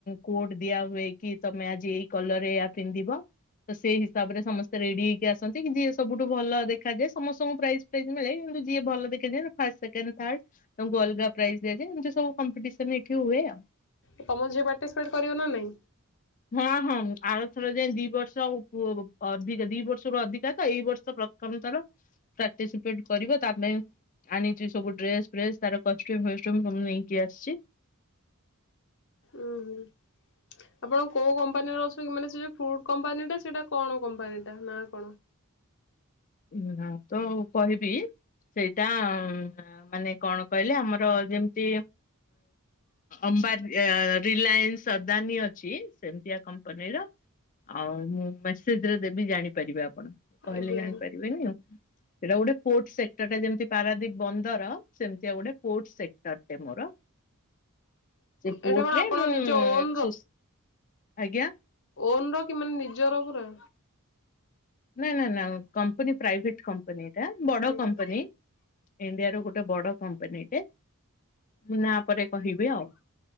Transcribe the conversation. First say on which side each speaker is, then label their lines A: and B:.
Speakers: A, on the left; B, on the left.
A: କୋଡ ଦିଆ ହୁଏ କି ତମେ ଆଜି ଏଇ କଲର ଏୟା ପିନ୍ଧିବ। ତ ସେଇ ହିସାବରେ ସମସ୍ତେ ରେଡି ହେଇକି ଆସନ୍ତି। କି ଯିଏ ସବୁଠୁ ଭଲ ଦେଖାଯାଏ ସମସ୍ତଙ୍କୁ ପ୍ରାଇସ୍ ଜ ମିଳେ କିନ୍ତୁ ଯିଏ ଭଲ ଦେଖ ଯାଏ, ତାକୁ ଫାଷ୍ଟ ସେକେଣ୍ଡ ଥାଡ ତାଙ୍କୁ ଅଲଗା ପ୍ରାଇଜ ଦିଆଯାଏ। ଏମତି ସବୁ କମ୍ପିଟିସନ ଏଠି ହୁଏ ଆଉ।
B: ଏ ତମ ଝିଅ ପାର୍ଟିସିପେଟ କରିବ ନା ନାଇଁ?
A: ହଁ ହଁ ଆର ଥର ଯାଏ ଦି ବର୍ଷ ଅ ଅ ଅଧିକା ତ ଦି ବର୍ଷରୁ ଅଧିକା ତ ଏଇ ବର୍ଷ ପ୍ର ଥମ ଥର ପାର୍ଟିସିପେଟ କରିବ ତା ପାଇଁ ଆଣିଚି ସବୁ ଡ୍ରେସ ଫ୍ରେସ ତାର କଷ୍ଟ୍ୟୁମ ଫଷ୍ଟ୍ୟୁମ ସବୁ ନେଇକି ଆସିଚି।
B: ଉ ହୁଁ। ଆପଣ କୋଉ କମ୍ପାନୀର ଅଛନ୍ତି? ମାନେ ସେ ଯୋଉ ଫ୍ରୁଟ କମ୍ପାନୀଟା ସେଇଟା କଣ କମ୍ପାନୀଟା ନା କଣ?
A: <unintelligible> ତ କହିବି ସେଇଟା ମାନେ କଣ କହିଲେ ଆମର ଯେମିତି ଅମ୍ବାନ ରିଲାଏନ୍ସ ଅଦାନୀ ଅଛି ସେମିତିଆ କମ୍ପାନୀର। ଆଉ ମୁଁ ମେସେଜରେ ଦେବି ଜାଣିପାରିବେ ଆପଣ, କହିଲେ
B: ଆଜ୍ଞା
A: ଜାଣିପାରିବେନି। ସେଇଟା ଗୋଟେ ପୋର୍ଟ ସେକ୍ଟର ଟା ଯେମିତି ପାରାଦ୍ଵୀପ ବନ୍ଦର ସେମିତିଆ ଗୋଟେ ପୋର୍ଟ ସେକ୍ଟର ଟେ ମୋର। ସେ
B: ଏଇଟା
A: ପୋର୍ଟ
B: କଣ
A: ରେ
B: ଆପଣ
A: ମୁଁ
B: ନିଜ ଓନ
A: ସୁ ଆଜ୍ଞା।
B: ଓନ୍ ର କି ମାନେ ନିଜର ପୁରା?
A: ନା ନା ନା କମ୍ପନୀ ପ୍ରାଇଭେଟ୍ କମ୍ପ କମ୍ପାନୀ ଏଟା ବଡ
B: ଆଜ୍ଞା
A: କମ୍ପାନୀ ଇଣ୍ଡିଆର ଗୋଟେ ବଡ କମ୍ପାନୀଟେ। ମୁଁ ନାଁ ପରେ କହିବି ଆଉ।